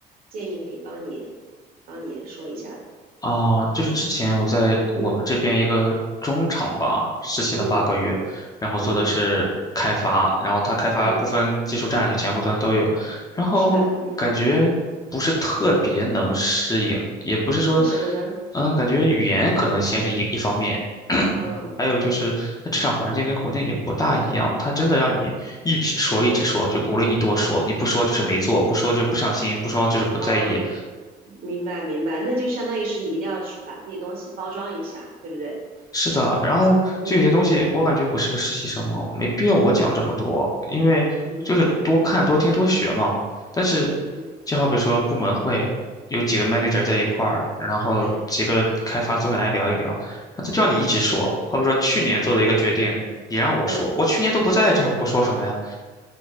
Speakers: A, on the right; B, on the left.
A: 建议可以帮你帮你说一下的。
B: 啊，就是之前我在我们这边一个中厂吧，
A: 嗯
B: 实习了八个月，
A: 嗯
B: 然后做的是开发，
A: 嗯
B: 然后他开发部分技术栈，
A: 嗯，
B: 就前后端都有，然后感觉不是特别能适应，
A: 是吧？嗯，
B: 也不是说，
A: 为什么呢？
B: 嗯，感觉语言可能先是一一方面，
A: 嗯
B: 还有就是它职场环境跟国内也不大一样，他真的让你一直说一直说，
A: 嗯
B: 就鼓励你多说，你不说就是没做，不说就不上心，不说就是不在意，
A: 哦，明白明白，那就相当于是你一定要去把自己东西包装一下，对不对？
B: 是的，然后就有些东西，
A: 嗯
B: 我感觉我是个实习生嘛，没必要我讲这么多，
A: 嗯
B: 因为就是多看、
A: 嗯
B: 多听、多学嘛。但是，
A: 嗯，
B: 就好比说部门会有几个 manager 在一块儿，然后几个开发坐下来聊一聊，
A: 对，
B: 然后他叫你一直说，
A: 嗯
B: 好比说去年做的一个决定，你让我说，
A: 嗯，
B: 我去年都不在这儿，我说什么呀？